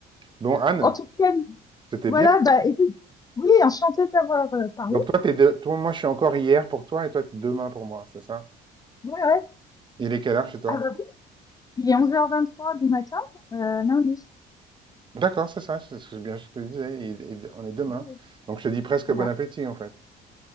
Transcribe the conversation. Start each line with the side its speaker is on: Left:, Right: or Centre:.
Right: Bon, Anne,
Left: en tout cas,
Right: c'était
Left: voilà.
Right: bien.
Left: Bah, écoute, oui, enchanté d'avoir euh, parlé.
Right: Donc toi, t'es de... toi, moi, je suis encore hier pour toi et toi, t'es demain pour moi, c'est ça?
Left: Ouais, ouais.
Right: Il est quelle heure chez toi?
Left: Ah bah oui, il est onze heures vingt-trois du matin, euh, lundi.
Right: D'accord, c'est ça, c'est ce que- bien ce que je disais. il- il- on est demain.
Left: Oui.
Right: Donc je te dis presque
Left: Voilà.
Right: bon appétit, en fait.